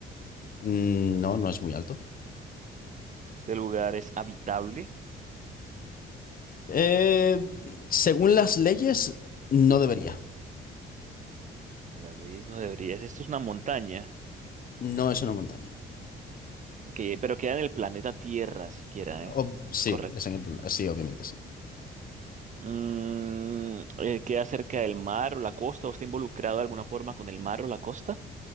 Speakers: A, on the left; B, on the right.
A: Mm, No, no es muy alto.
B: ¿Este lugar es habitable?
A: Eh, según las leyes, no debería.
B: Según las leyes no deberías. Esto es una montaña.
A: No es una montaña.
B: Ok, pero queda en el planeta Tierra siquiera,
A: Ob-
B: ¿eh?
A: sí,
B: Es correcto.
A: es en el plan- Sí, obviamente sí.
B: Mm, eh, ¿queda cerca del mar o la costa? ¿O está involucrado de alguna forma con el mar o la costa?